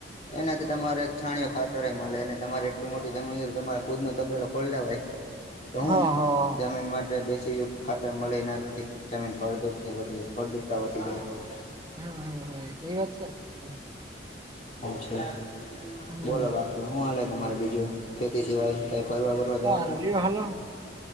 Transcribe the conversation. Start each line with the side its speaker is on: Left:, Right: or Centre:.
Left: એનાથી તમારે એક છાણયો ખાતરેય મળે અને તમારે એટલી મોટી જમીન તમારે ખુદ નો તબેલો ખોલ લેવાય. તો, હું
Right: હા હા
Left: જમીન માટે ખાતર મળે એનાથી જમીન ફળદુરતા ફળદ્રુપતાવધી જાય. હ
Right: હમ હમ હમ એ વાત સાચી
Left: છે
Right: હમ
Left: બોલો રાખ હું હાલે તમારે બીજું? ખેતી સિવાય. ત ફરવા-બરવા
Right: સારું
Left: જવાનું?
Right: રહ્યો હાલો